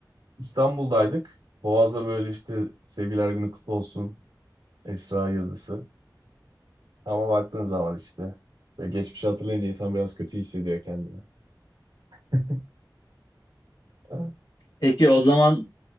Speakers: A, on the right; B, on the left.
A: İstanbul'daydık. Boğaz'da böyle işte sevgiler günü kutlu olsun Esra yazısı. Ama baktığın zaman işte ve geçmişi hatırlayınca insan biraz kötü hissediyor kendini. <laughs> Evet.
B: Peki o zaman